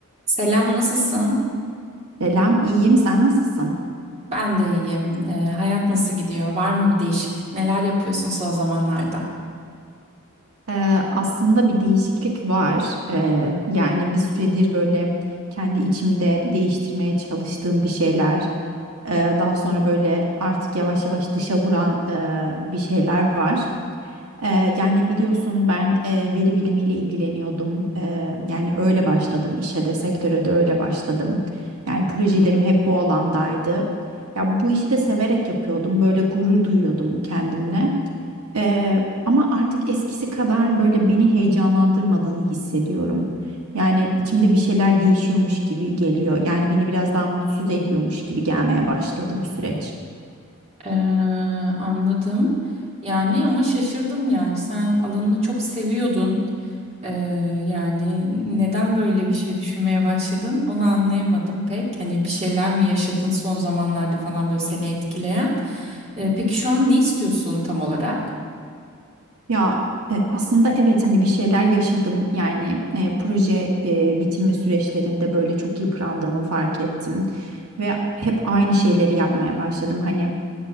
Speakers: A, on the right; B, on the right.
A: Selam, nasılsın?
B: Selam, iyiyim. Sen nasılsın?
A: Ben de iyiyim. Ee, hayat nasıl gidiyor? Var mı bir değişiklik? Neler yapıyorsun son zamanlarda?
B: Ee, aslında bir değişiklik var. Ee, yani bir süredir böyle kendi içimde değiştirmeye çalıştığım bir şeyler, e, daha sonra böyle artık yavaş yavaş dışa vuran e, bir şeyler var. Eee, yani biliyorsun ben eee, veri bilimiyle ilgileniyordum. Eee, yani öyle başladım işe de sektöre de öyle başladım. Yani projelerim hep bu alandaydı. Ya bu işi de severek yapıyordum. Böyle gurur duyuyordum kendimle. Eee, ama artık eskisi kadar böyle beni heyecanlandırmadığını hissediyorum. Yani içimde bir şeyler değişiyormuş gibi geliyor. Yani beni biraz daha mutsuz ediyormuş gibi gelmeye başladı bu süreç.
A: Ee, anladım. Yani ama şaşırdım yani. Sen alanını çok seviyordun. Ee, yani neden böyle bir şey düşünmeye başladın? Onu anlayamadım pek. Hani bir şeyler mi yaşadın son zamanlarda falan böyle seni etkileyen? Ee, peki şu an ne istiyorsun tam olarak?
B: Ya e, aslında evet hani bir şeyler yaşadım yani e, proje e, bitirme süreçlerinde böyle çok yıprandığımı fark ettim ve hep aynı şeyleri yapmaya başladım hani